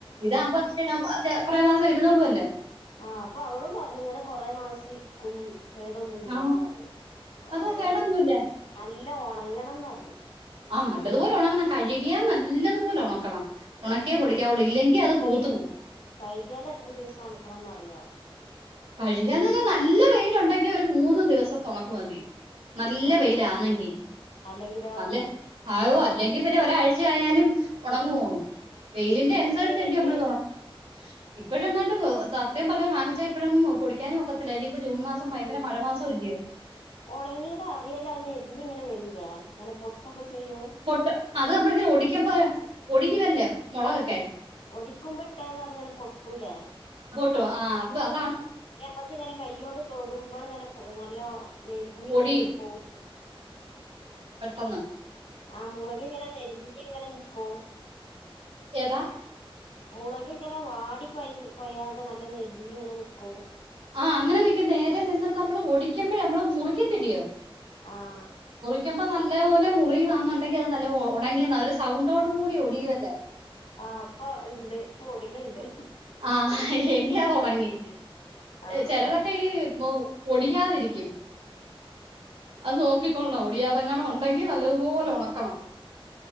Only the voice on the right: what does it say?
ഇതാകുമ്പങ്ങ കൊറെറ മാസം ഇരുന്നോളുവല്ലോ.
ആ
അത്
കേടൊന്നുമില്ല
ആ നല്ലതുപോലെ ഉണങ്ങണം കഴുകിയാ നല്ലതുപോലെ ഉണക്കണം ഉണക്കിയേ
പൊടിക്കാവുള്ളൂ ഇല്ലെങ്കിൽ അത്
പൂത്തു പോകും
കഴികിയന്ന് നല്ല വെയിലൊണ്ടെങ്കി ഒരു മൂന്നു ദിവസത്തെ ഉണക്ക് മതി നല്ല
വെയിലാന്നെങ്കി
നല്ല ആയോ അല്ലെങ്കി പിന്നെ ഒരാഴ്ചയാലും- ഒണങ്ങുമോ വെയിലിന്റെ
അനുസരിച്ചല്ലിയോ
<unintelligible> ഇപ്പഴെങ്ങാണ്ട് അ സത്യം പറഞ്ഞാ വാങ്ങിച്ചാൽ ഇപ്പഴൊന്നും പിടിക്കാനും ഒക്കത്തില്ല ഭയങ്കര
മഴ മാസം അല്ലയോ
പൊട്ട് അത് നമ്മളിങ്ങനെ ഒടിക്കുമ്പ പൊടിയുവല്ലോ മൊളകൊക്കെ
ആഹ് അപ്പ
ഒടിയും
ഒന്ന്
ഏതാ
ആ അങ്ങനെ നിക്കും. നേരെ നിന്നിട്ട് നമ്മൾ ഒടിക്കുമ്പോഴ നമ്മള് മുറിക്കത്തില്ലയോ.
ക്കുമ്പോ നല്ല പോലെ മുറിയുവാന്നുണ്ടെങ്കി അത് നല്ല ഒണങ്ങിയെന്ന ഒരു സൗണ്ടോടു കൂടി ഒടിയുവല്ലാ.
ആഹ്. ഇല്യാ അതൊണങ്ങി
ചെലതൊക്കെ ഈ ഒടിയാതിരിക്കും. അത് നോക്കിക്കൊള്ള്ണം. ഒടിയാതെങ്ങാനും ഒണ്ടെങ്കി നല്ലതുപോലെ ഒണക്കണം.